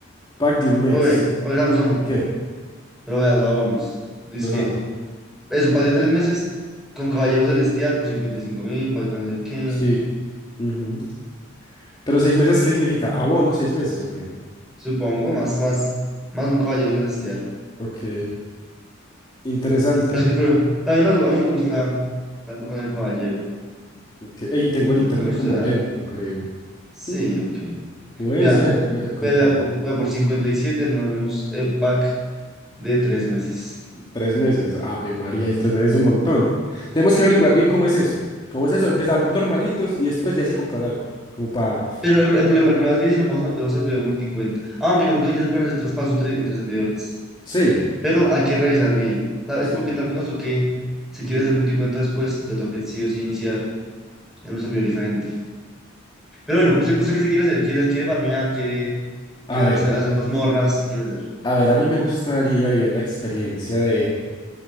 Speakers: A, on the left; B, in the centre.
A: Pack de un mes.
B: Oye, oye, vamos, vamos.
A: ¿Qué?
B: Pero veas, vámonos. Dice
A: Lo sabe.
B: que, eso, pack de tres meses con Caballero Celestial por cincuenta y cinco mil, pack de no sé qué,
A: Sí. ujú. Pero seis meses, ¿qué significa? ¿Abono seis meses o qué?
B: supongo, más, más, más un Caballero Celestial.
A: Ok. Interesante.
B: Pero es que, pero, a mí no, a mí no me gusta tanto con el Caballero.
A: Ok. Ey, tengo el internet
B: Me gustaría.
A: como lento, creo.
B: Sí,
A: Mm,
B: ok.
A: Puede
B: Vea,
A: ser, puede ser. Contame.
B: vea, vea, por, vea, por 57 nos damos el pack de tres meses.
A: Tres meses. Ave María, es tres meses es un montón. Tenemos que averiguar bien cómo es eso. ¿Cómo es eso? Empezar normalitos y después ya sí comprar algo. Como para.
B: Pero el, el problema, el problema es que si nos vamos a meter a un servidor multicuenta. Aunque creo que ya se pueden hacer traspasos entre, entre servidores.
A: Sí.
B: Pero
A: o-
B: hay que revisar bien. Tal,
A: Sí.
B: es porque tal vez nos toque, si
A: ujú.
B: quieres hacer multicuenta después, te toque sí o sí iniciar en un servidor diferente. Pero bueno, ¿usted, usted qué se quiere hacer? ¿Quiere, quiere farmear? ¿Quiere
A: A
B: que hacer,
A: ver.
B: hacer mazmorras? ¿Qué quiere hacer?
A: A ver, a mí me gustaría vivir la experiencia de,